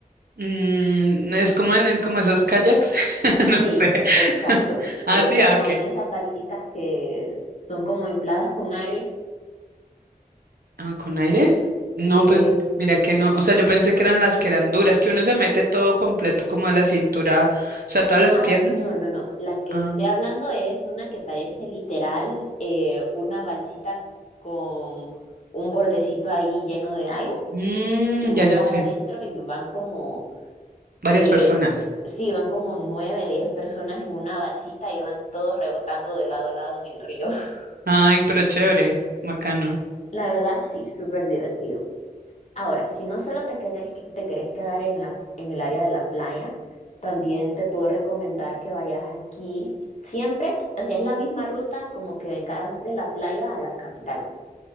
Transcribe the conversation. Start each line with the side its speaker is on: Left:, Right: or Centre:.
Right: Mm, es como en, como esos kayaks, <laughs>
Left: Sí,
Right: no sé.
Left: exacto.
Right: <laughs> Ah,
Left: Es
Right: sí,
Left: como
Right: ah, ok.
Left: en esas balsitas que s- son como infladas con aire.
Right: Ah, ¿con aire? No,
Left: Eh,
Right: pues mira que no, o sea, yo pensé que eran las que eran duras, que uno se mete todo completo como de la cintura, o sea, todas las
Left: ah,
Right: piernas.
Left: no, no, no. La que
Right: Ah,
Left: te estoy hablando es una que parece literal eh, una balsita con un bordecito ahí lleno de aire
Right: mm,
Left: y vos
Right: ya, ya
Left: vas
Right: sé,
Left: adentro y van como,
Right: varias
Left: eh,
Right: personas.
Left: sí, van como nueve, diez personas en una balsita y van todos rebotando de lado a lado en el río. <laughs>
Right: Ay, pero chévere, bacano.
Left: La verdad, sí, súper divertido. Ahora, si no solo te querés, te querés quedar en, la, en el área de la playa, también te puedo recomendar que vayas aquí siempre, o sea, es la misma ruta como que vengas de la playa a la capital.